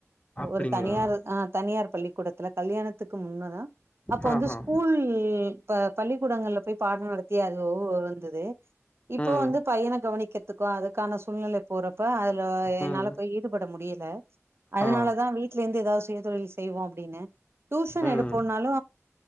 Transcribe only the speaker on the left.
அப்டிங்களா
ஹா
ஹா
ம்
ம்
ஆ
ம்